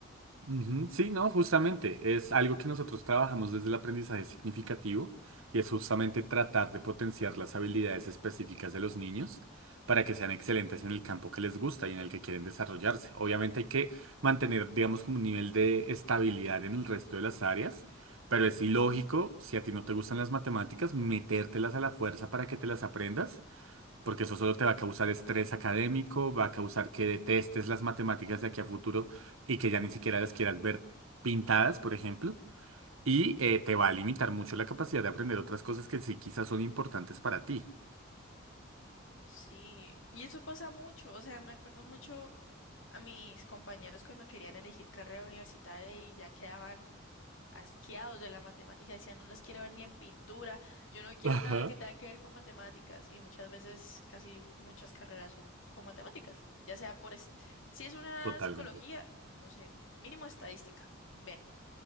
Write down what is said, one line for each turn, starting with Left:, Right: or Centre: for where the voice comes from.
Right: Ujú, Sí, no, justamente es algo que nosotros trabajamos desde el aprendizaje significativo y es justamente tratar de potenciar las habilidades específicas de los niños para que sean excelentes en el campo que les gusta y en el que quieren desarrollarse. Obviamente hay que mantener, digamos, como un nivel de estabilidad en el resto de las áreas, pero es ilógico, si a ti no te gustan las matemáticas, metértelas a la fuerza para que te las aprendas porque eso solo te va a causar estrés académico, va a causar que detestes las matemáticas de aquí a futuro y que ya ni siquiera las quieras ver pintadas, por ejemplo, y eh, te va a limitar mucho la capacidad de aprender otras cosas que sí quizás son importantes para ti.
Left: Sí, y eso pasa mucho, o sea, me acuerdo mucho a mis compañeros cuando querían elegir carrera universitaria y ya quedaban asqueados de la matemática, decían, no las quiero ver ni en pintura, yo no quiero
Right: Ajá.
Left: nada que tenga que ver con matemáticas, y muchas veces casi muchas carreras son con matemáticas, ya sea por, est- si es una
Right: Totalmente.
Left: psicología, no sé, mínimo estadística. Ven.